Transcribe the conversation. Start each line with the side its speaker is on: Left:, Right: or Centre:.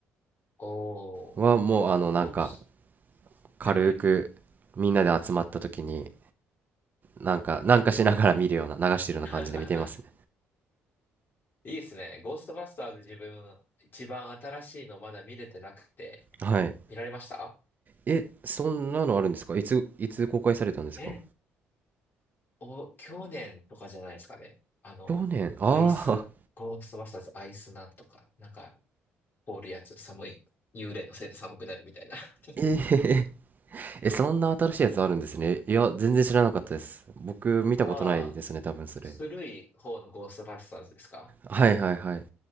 Left: おー、
Right: はもう、あの、なんか、
Left: ゴース、
Right: 軽くみんなで集まった時に、
Left: はいはい。
Right: なんか、なんかしながら見るような、流してるような感じで見てますね。
Left: <laughs> いいですね。ゴーストバスターズ自分、一番新しいのまだ見れてなくて、
Right: はい。
Left: 見られました
Right: え、そんなのあるんですかいつ、いつ公開されたんですか
Left: えお、去年とかじゃないですかね。あの、
Right: 去年ああ
Left: アイス、ゴーストバスターズアイスなんとか、なんか、凍るやつ、寒い、幽霊のせいで寒くなるみたいな。<laughs>
Right: えええ、そんな新しいやつあるんですね。いや、全然知らなかったです。僕、見たことないですね、
Left: ああ、
Right: 多分それ。
Left: 古い方のゴーストバスターズですか
Right: はいはいはい。